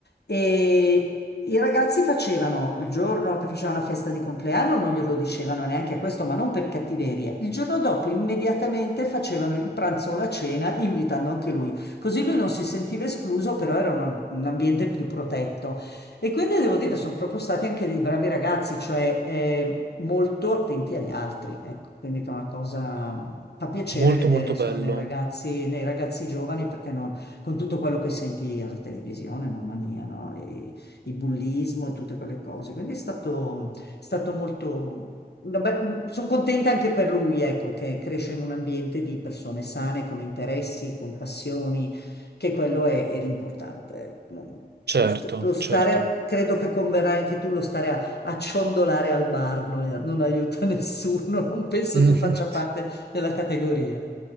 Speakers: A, on the left (about 80°); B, on the right (about 80°).
A: e i ragazzi facevano il giorno che facevano la festa di compleanno, non glielo dicevano neanche questo, ma non per cattiveria. Il giorno dopo immediatamente facevano il pranzo o la cena, invitando anche lui. Così lui non si sentiva escluso, però era un un ambiente più protetto. E quindi devo dire, sono proprio stati anche dei bravi ragazzi, cioè eh, molto attenti agli altri. Ecco, quindi che è una cosa, fa piacere
B: Molto
A: vedere
B: molto
A: insomma
B: bello,
A: nei ragazzi, nei ragazzi giovani perché non con tutto quello che senti alla televisione, mamma mia, no? E il bullismo e tutte quelle cose. Quindi è stato, stato molto... Sono contenta anche per lui, ecco, che cresce in un ambiente di persone sane, con interessi, con passioni, che quello è, è l'importante. ecco. Non-
B: certo,
A: Lo, st- lo stare,
B: certo.
A: a- credo che converrai anche tu, lo stare a, a ciondolare al bar non, non aiuta nessuno, <laughs> non penso
B: <laughs>
A: tu faccia parte della categoria,